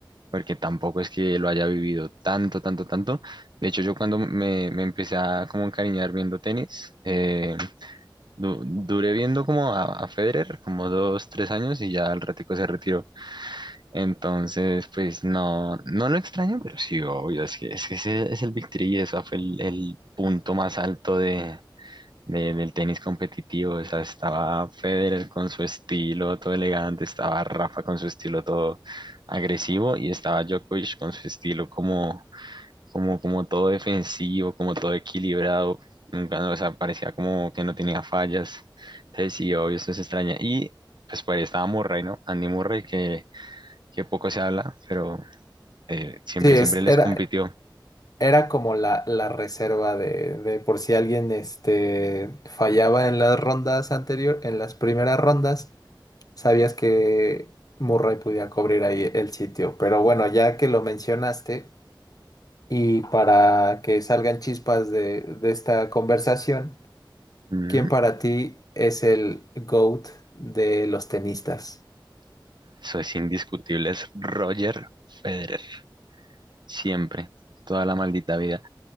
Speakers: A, on the right; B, on the left.
A: porque tampoco es que lo haya vivido tanto, tanto, tanto. De hecho, yo cuando me, me empecé a como encariñar viendo tenis, eh, du- duré viendo como a, a Federer como dos, tres años y ya al ratico se retiró. Entonces, pues no, no lo extraño, pero sí, obvio, es que, es que ese es el Big Three y eso fue el, el punto más alto de, de- del tenis competitivo. O sea, estaba Federer con su estilo todo elegante, estaba Rafa con su estilo todo agresivo y estaba Djokovic con su estilo como, como, como todo defensivo, como todo equilibrado. Nunca, o sea, parecía como que no tenía fallas. Entonces, sí, obvio, eso se extraña. Y pues por ahí estaba Murray, ¿no? Andy Murray, que, que poco se habla, pero eh, siempre,
B: Sí, es,
A: siempre les
B: era,
A: compitió.
B: Era como la, la reserva de, de por si alguien este, fallaba en las rondas anterior, en las primeras rondas, sabías que Murray podía cubrir ahí el sitio. Pero bueno, ya que lo mencionaste, y para que salgan chispas de, de esta conversación,
A: Ujú.
B: ¿quién para ti es el GOAT de los tenistas?
A: Eso es indiscutible, es Roger Federer. siempre, toda la maldita vida.